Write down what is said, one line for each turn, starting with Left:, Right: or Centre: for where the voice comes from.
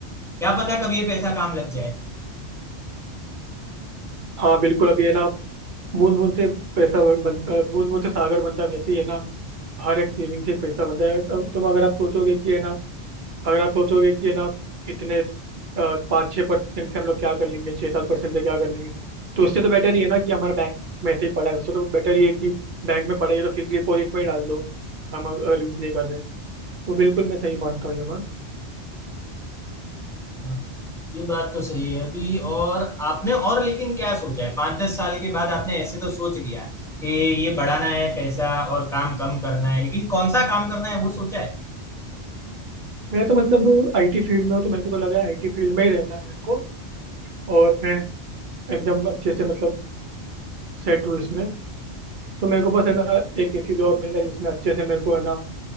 Centre: क्या पता कब ये पैसा काम लग जाए
Right: हाँ बिल्कुल अभी है ना बूंद बूंद से पैसा बन बूंद बूंद से सागर बनता है वैसे ही है ना हर एक सेविंग से पैसा बनता है अब तुम अगर आप सोचोगे कि है ना अगर आप सोचोगे कि है ना इतने पाँच छः परसेंट से हम लोग क्या कर लेंगे छः सात परसेंट से क्या कर लेंगे तो उससे तो बेटर ये है ना कि हमारा बैंक में ऐसे ही पड़ा है उससे तो बेटर ये है कि बैंक में पड़ा है ये तो फिक्स डिपॉजिट में ही डाल दो हम अग- अगर यूज़ नहीं कर रहे हैं। तो बिल्कुल मैं सही मानता हूँ ये बात
Centre: हाँ, ये बात तो सही है अभी और आपने और लेकिन क्या सोचा है पाँच दस साल के बाद आपने ऐसे तो सोच लिया कि ये बढ़ाना है पैसा और काम कम करना है लेकिन कौन सा काम करना है वो सोचा है
Right: मैं तो मतलब आईटी फील्ड में हूँ तो मेरे को तो लग रहा है आईटी फील्ड में ही रहना है मेरे को और मैं एकदम अच्छे से मतलब सेट हूँ इसमें तो मेरे को बस है ना एक ऐसी जॉब मिल जाए जिसमें अच्छे से मेरे को है ना